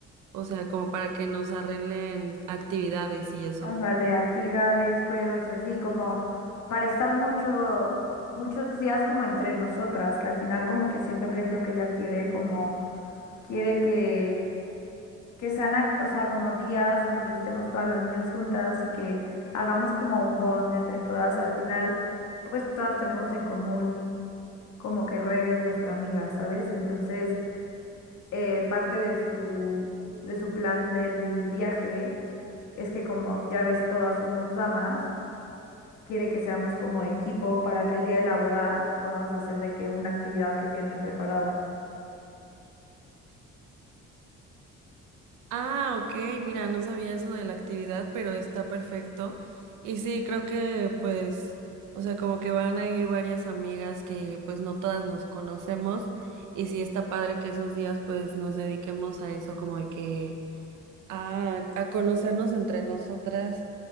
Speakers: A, on the right; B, on the left.
A: O sea, como para que nos arreglen actividades y eso.
B: Ándale, actividades, juegos y así, como para estar mucho, muchos días como entre nosotras, que al final como que siento que es lo que ella quiere, como quiere que que sean, ac- o sea, como días donde estemos todas las niñas juntas y que hagamos como un bond entre todas. Al final, pues todas tenemos en común como que Rebe es nuestra amiga, ¿sabes? Entonces, eh, parte de su, de su plan del viaje es que como ya ves, todas somos damas, quiere que seamos como equipo para que el día de la boda podamos hacer de que una actividad que tiene preparada.
A: Ah, ok, mira, no sabía eso de la actividad, pero está perfecto. Y sí, creo que pues, o sea, como que van a ir varias amigas que pues no todas nos conocemos. Y sí, está padre que esos días pues nos dediquemos a eso, como de que a, a conocernos entre nosotras,